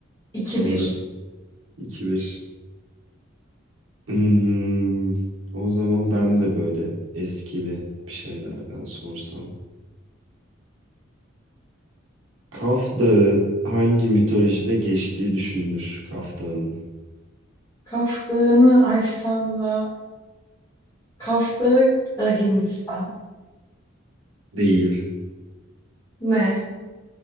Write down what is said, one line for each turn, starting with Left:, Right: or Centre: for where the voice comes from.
Left: 2
Right: Doğru.
Left: bir.
Right: 2-1. Hmm, o zaman ben de böyle eskili bir şeylerden sorsam. Kaf Dağı hangi mitolojide geçtiği düşünülür Kaf Dağı'nın?
Left: Kaf Dağı'nı aşsan da e, Kaf Dağı da Hindistan.
Right: Değil.
Left: Ne?